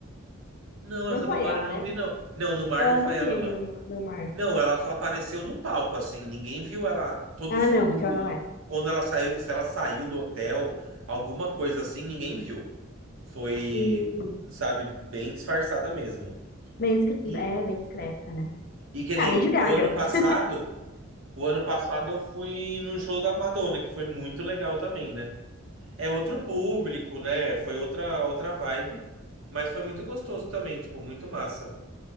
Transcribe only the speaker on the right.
Não,
essa
do mar
eu não
vi, não. Não, no mar
não foi
ela,
não.
Não, ela só apareceu no palco, assim. Ninguém viu ela. Todos
o...
o- Quando ela saiu, se ela saiu do hotel, alguma coisa assim, ninguém viu. Foi,
sabe, bem disfarçada mesmo.
E,
e que
nem
o ano passado,
o ano passado eu fui no show da Madonna, que foi muito legal também, né? É outro público, né? Foi outra outra vibe, mas foi muito gostoso também, tipo, muito massa.